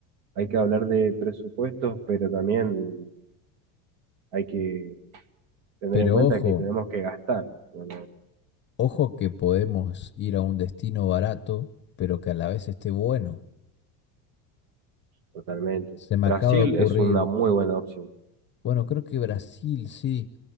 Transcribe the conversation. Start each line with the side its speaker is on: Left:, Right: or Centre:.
Right: hay que hablar de presupuestos, pero también hay que tener
Left: Pero
Right: en cuenta
Left: ojo.
Right: que tenemos que gastar, ¿no?
Left: Ojo que podemos ir a un destino barato, pero que a la vez esté bueno.
Right: Totalmente.
Left: Se me
Right: Brasil
Left: acaba de ocurrir.
Right: es una muy buena opción.
Left: Bueno, creo que Brasil, sí.